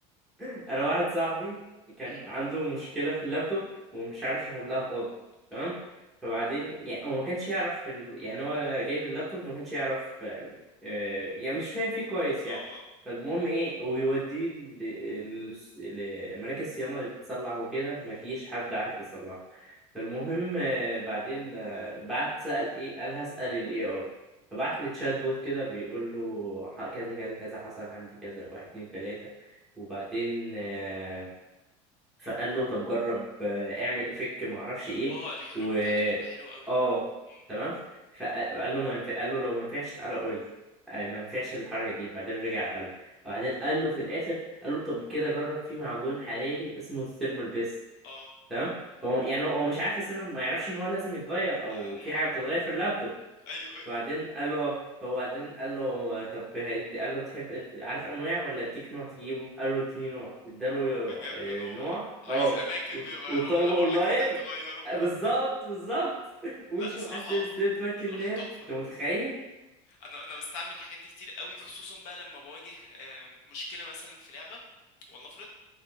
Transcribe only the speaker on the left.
<laughs> مم.
مم.
اه
اه
اه الحلول
بتاعته بتبقى حلوة قوي
مم.
اه
يا- مم.
ايوه ايوه
فجاب
له نوع
عايز
اماكن
بيغيره
ولا اقول
لك ازاي تغيره
<laughs>
لا صراحة
صراحة
تحفة
انا انا بستعمل الحاجات دي كتير قوي خصوصا بقى لما بواجه آه، مشكله مثلا في لعبه ولنفرض